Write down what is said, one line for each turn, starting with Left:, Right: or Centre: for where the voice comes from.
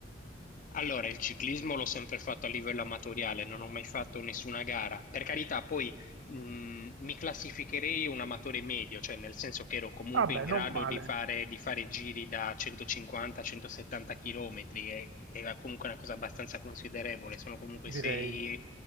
Left: Allora, il ciclismo l'ho sempre fatto a livello amatoriale, non ho mai fatto nessuna gara. Per carità, poi mh, mi classificherei un amatore medio, cioè nel senso che ero comunque
Right: vabbè,
Left: in grado
Right: non male,
Left: di fare, di fare giri da 150-170 km, e, era comunque una cosa abbastanza considerevole, sono comunque
Right: direi.
Left: 6,